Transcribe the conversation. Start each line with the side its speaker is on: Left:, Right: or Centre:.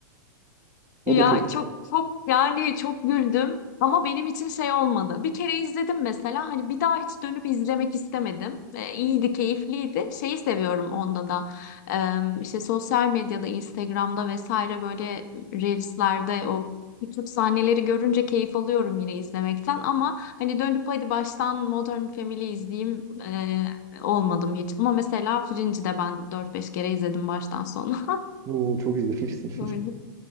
Right: O
Left: Ya
Right: da çok
Left: çok çok yani çok güldüm ama benim için şey olmadı. Bir kere izledim mesela hani bir daha hiç dönüp izlemek istemedim. E, iyiydi, keyifliydi. Şeyi seviyorum onda da. E, işte sosyal medyada, Instagram'da vesaire böyle Reels'lerde o küçük sahneleri görünce keyif alıyorum yine izlemekten ama hani dönüp hadi baştan Modern Family izleyeyim e, olmadım hiç. Ama mesela Fringe'i de ben dört beş kere izledim baştan sona.
Right: Oo, çok izlemişsin.
Left: <laughs> Böyle.